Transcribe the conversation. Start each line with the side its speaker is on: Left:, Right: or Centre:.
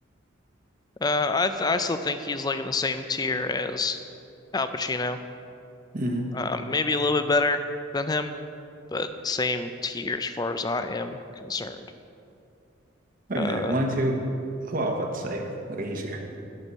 Left: Uh, I th I still think he's like in the same tier as Al Pacino.
Right: hmm
Left: Um, maybe a little bit better than him, but same tier as far as I am concerned.
Right: Wait
Left: Uh,
Right: a minute. One, two. Oh, I was about to say. Okay, he's here.